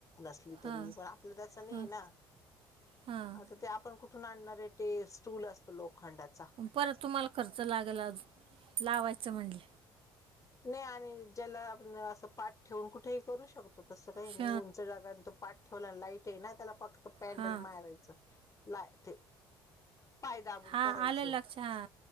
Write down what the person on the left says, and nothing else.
ची
तरी पण, आपल्या नाहये
ना
आता ते आपण कुठ तू न आणणारे ते स्टूल असतो लोखंडात
नाही आणि ज्याला आपण, असं पाठ ठेवून कुठेही करू शकतो तसं काही नाही
उंच जागा आणि तो पाठ. ठेवल्या लाईट आहे ना त्याला फक्त पॅन्डल
मारायचं लाये ते पाय दाबून
करायचं